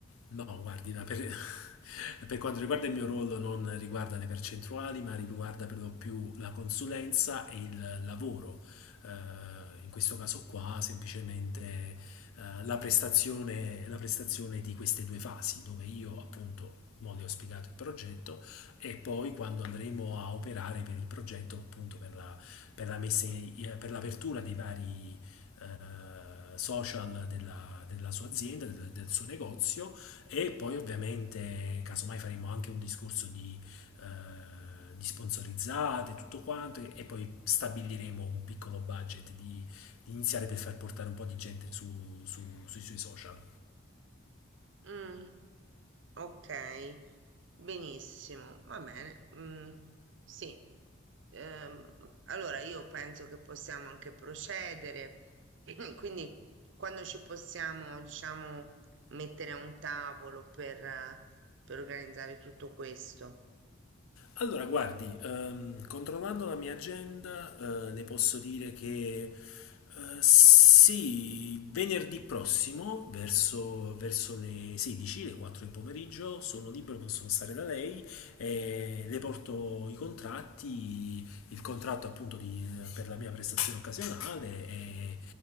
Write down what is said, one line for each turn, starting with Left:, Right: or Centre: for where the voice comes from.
Left: No, guardi, ma per, <laughs> per quanto riguarda il mio ruolo non riguarda le percentuali, ma riguarda per lo più la consulenza e il lavoro. Eh, in questo caso qua, semplicemente eh, la prestazione, la prestazione di queste due fasi, dove io appunto mo le ho spiegato il progetto e poi quando andremo a operare per il progetto, appunto per la, per la messa in- eh, per l'apertura dei vari eh, social della, della sua azienda, del del suo negozio e poi ovviamente, casomai faremo anche un discorso di, eh, di sponsorizzate, tutto quanto, e, e poi stabiliremo un piccolo budget di, di iniziare per far portare un po' di gente su- su- sui suoi social.
Right: Mm, ok, benissimo, va bene. mm, sì, Ehm, allora io penso che possiamo anche procedere, <clears throat> quindi quando ci possiamo, diciamo, mettere a un tavolo per, eh, per organizzare tutto questo.
Left: Allora, guardi, ehm, controllando la mia agenda, eh, le posso dire che Eh, sì, venerdì prossimo, verso, verso le 16, le 4 del pomeriggio, sono libero, posso passare da lei, e le porto i contratti, il contratto appunto di- per la mia prestazione occasionale e,